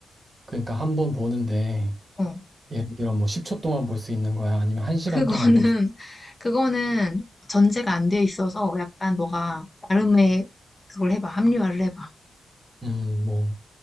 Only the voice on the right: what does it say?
그러니까 한 번 보는데
예를 들어 뭐 10초 동안 볼 수 있는 거야 아니면 1시간
동안
볼수음뭐